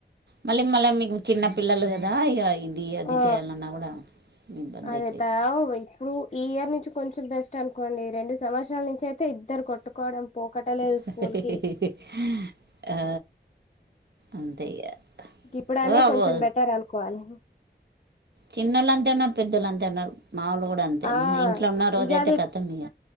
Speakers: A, on the right; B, on the left.
A: మళ్ళీ మళ్ళీ మీకు చిన్న పిల్లలు కదా ఇగా ఇది అది
B: ఆ
A: చేయాలన్నా కూడా ఇబ్బంది
B: అదే
A: అయితది
B: త ఇప్పుడు ఈ ఇయర్ నుంచి కొంచెం బెస్ట్ అనుకోండి రెండు సంవత్సరాల నుంచి అయితే ఇద్దరు కొట్టుకోవడం పోకటలేదు స్కూల్
A: ఆ
B: కి
A: అంతే ఇగ
B: ఇప్పుడని
A: ఓ
B: కొంచెం
A: ఓ
B: బెటర్ అనుకోవాలి
A: చిన్నోళ్ళు అంతే ఉన్నారు, పెద్దోళ్లు అంతే ఉన్నారు మాములు కూడా అంతే
B: ఆ
A: మా ఇంట్లో ఉన్న రోజయితే
B: ఇగ అది
A: కతం ఇగ